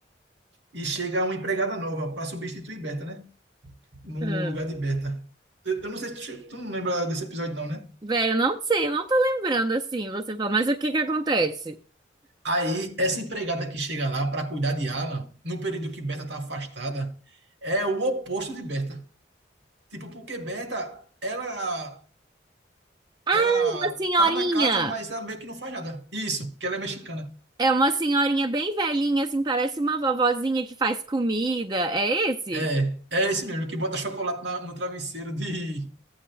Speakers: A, on the right; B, on the right.
A: e chega uma empregada nova para substituir Berta, né? No
B: Hum.
A: lugar de Berta. Eu, eu não sei se tu, che- tu não lembra desse episódio não, né?
B: Velho, eu não sei, eu não tô lembrando assim, você fala, mas o que que acontece?
A: Aí, essa empregada que chega lá para cuidar de Alan, no período que Berta tá afastada, é o oposto de Berta. Tipo, porque Berta, ela,
B: Ah,
A: ela
B: uma senhorinha!
A: tá na casa, mas ela meio que não faz nada. Isso, que ela é mexicana.
B: É uma senhorinha bem velhinha, assim, parece uma vovozinha que faz comida. É esse?
A: É, é esse mesmo, que bota chocolate na- no travesseiro de,